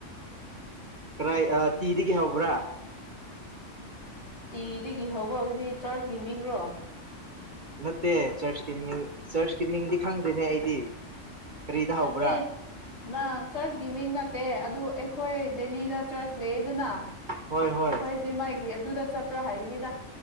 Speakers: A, on the right (about 40°); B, on the left (about 60°).
A: ꯀꯔꯥꯏ ꯇꯤꯗꯒꯤ ꯍꯧꯕ꯭ꯔꯥ
B: ꯇꯤꯗꯒꯤ ꯍꯧꯕ ꯍꯥꯏꯕꯗꯤ ꯆꯥꯔꯁꯀꯤ ꯃꯤꯡꯔꯣ
A: ꯅꯠꯇꯦ ꯆꯔꯁꯀꯤ ꯃꯤꯡ ꯆꯔꯁꯀꯤ ꯃꯤꯡꯗꯤ ꯈꯪꯗꯦꯅꯦ ꯑꯩꯗꯤ ꯀꯔꯤꯗ
B: ꯅꯠꯇꯦ
A: ꯍꯧꯕ꯭ꯔꯥ
B: ꯅꯪ ꯆꯔꯁꯀꯤ ꯃꯤꯡ ꯅꯠꯇꯦ ꯑꯗꯨ ꯑꯩꯈꯣꯏ ꯗꯦꯂꯤꯗ ꯆꯔꯁ ꯂꯩꯌꯦꯗꯅ
A: ꯍꯣꯏ ꯍꯣꯏ
B: ꯑꯩꯈꯣꯏꯁꯦ ꯃꯥꯒꯤ ꯑꯗꯨꯗ ꯆꯠꯄ꯭ꯔꯥ ꯍꯥꯏꯕꯅꯤꯗ